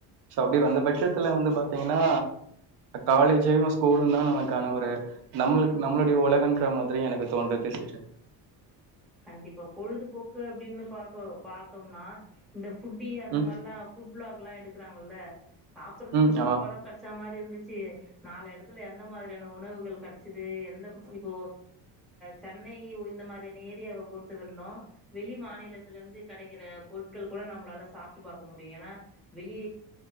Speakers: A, on the right; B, in the centre.
A: ஸோ அப்டி அந்த பட்ச த்துல வந்து
B: ஆமா
A: பாத்தீங்கன்னா காலேஜு ஸ்கூலு தா நமக்கான ஒரு நம்மளுக்கு நம்மளுடைய உலகன்ற மாதிரி எனக்கு தோன்றது சரி
B: கண்டிப்பா பொழுதுபோக்கு அப்டின்னு பாக்க பாத்தோம்னா இந்த புட்டி அந்த
A: ம்
B: மாதிரிலா ப்புட் லா ல்லாம் எடுக்குறாங்கல்ல சாப்பிடறதுக்கு
A: ம் ஆமா
B: சாப்பாடும் கெடச்ச மாரி இருந்துச்சு நாலு இடத்துல எந்த மாரியான உணவுகள் கிடைச்சது எந்த இப்போ சென்னைய இந்த மாரியான ஏரியாவ பொறுத்த வரலு வெளி மாநிலத்தில இருந்து கிடைக்கிற பொருட்கள் கூட நம்மளால சாப்பிட்டு பாக்க முடியு ஏன்னா வெளி